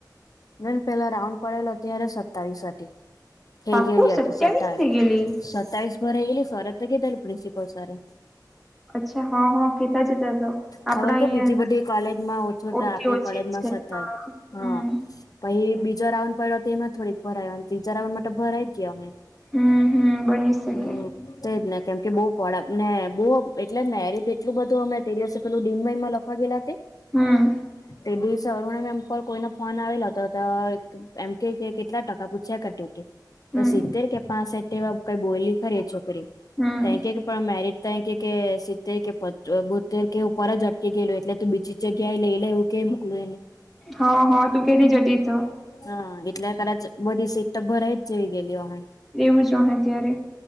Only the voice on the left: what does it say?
મેન પહેલા રાઉન્ડ પડેલો, ત્યારે સત્તાવીસ હતી. થઈ
ગયી હતી
સત્તાવીસ,
સત્તાવીસ ભરાઈ ગયેલી સરે તો કીધેલું પ્રિન્સિપલ સરે
ખબર કે
બીજી બધી કોલેજમાં ઓછો
આપણી
કોલેજમાં
સ ત્યારે
હા પછી બીજો રાઉન્ડ પડ્યો તેમાં થોડીક ભરાય, ત્રીજા રાઉન્ડમા તો ભરાઈ જ ગઈ હશે.
હમ. તેજ ને કેમ કે બહુ એટલે ને બહુ એટલું બધું અમે તે દિવસે પેલું દિનમયમાં લખ લખવા ગયેલા તે,
તે દિવસે અરૂણા નામ પર કોઈનો ફોન આવેલો હતો તો એમ કહે કે કેટલા ટકા પૂછ્યા કરતી હતી. તો
સિત્તેર કે પાસેટ એવા કઈ બોલી ખરી છોકરી
કેમ કે પણ મેરીટ તો કહે કે સીત્તેર કે બોત્તેર કે ઉપર જ અટકી ગયલું એટલે તું બીજી જગ્યા એ લઈ લે એ કહી મુકેલું એને
હા એટલે કદાચ બધી સીટ તો ભરાય જ જેવી ગયેલી હશે.